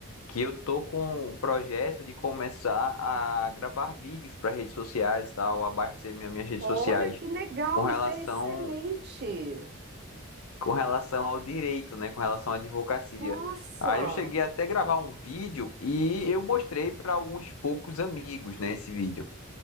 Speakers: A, on the left (about 85°); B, on the right (about 50°).
A: que eu tô com um projeto de começar a gravar vídeos para redes sociais, e tal, abastecer minha, minhas redes
B: Olha
A: sociais
B: que legal,
A: com relação
B: isso é excelente.
A: com relação ao direito, né, com relação à advocacia.
B: Nossa!
A: Aí eu cheguei até a gravar um vídeo e eu mostrei para alguns poucos amigos, né, esse vídeo.